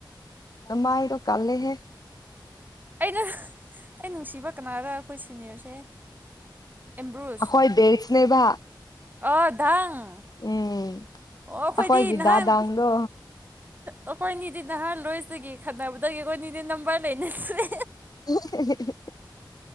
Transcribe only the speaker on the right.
ꯑꯩꯗꯣ ꯑꯩ ꯅꯨꯡꯁꯤꯕ ꯀꯅꯥꯒ ꯑꯩꯈꯣꯏ ꯁꯤꯅꯤꯌꯔꯁꯦ ꯑꯦꯝꯕ꯭ꯔꯨꯁ
ꯑꯣ ꯗꯥꯡ
ꯑꯣ ꯑꯩꯈꯣꯏꯗꯤ
ꯅꯍꯥꯟ
ꯑꯩꯈꯣꯏꯅꯤꯗꯤ ꯅꯍꯥꯟ ꯂꯣꯏꯁꯤꯗꯒꯤ ꯈꯠꯅꯕꯗꯒꯤ ꯑꯩꯈꯣꯏꯅꯤꯗꯤ ꯅꯝꯕꯔ ꯂꯩꯅꯗ꯭ꯔꯦ